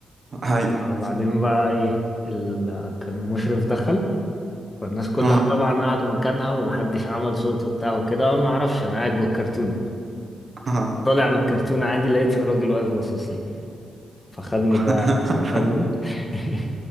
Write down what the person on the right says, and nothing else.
<laughs> ايوه
اه
اه
<laughs>